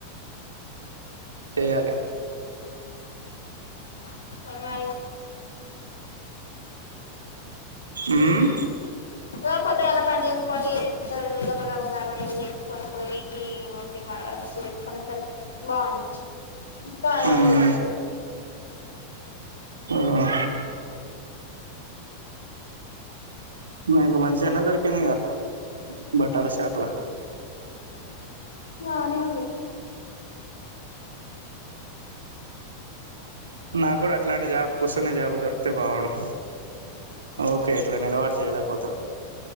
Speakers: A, on the right (about 70°); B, on the left (about 70°).
A: చేయాలి.
B: <unintelligible>
A: ఉమ్
B: ఓ పొద్దుగాల పన్ చేస్ కొని గబ గబగాబ ఇది చేస్కొని పోయి ఉండి మ చేస్కునే సరిక్ బాగుం ఇంకా ఆడ
A: ఉమ్
B: వదుల్తలే
A: ఆ నీకు మంచిగనే దొరికిందిగా బట్టల షాప్ల <inaudible>
B: బానే ఉంది.
A: ఉమ్ నాకూడా అట్లాంటి జాబ్ కూస్సునే జాబు దొరికితే బాగుండు ఓకే ఇట్లా నిలవడి చేయలేకపోతున్నాం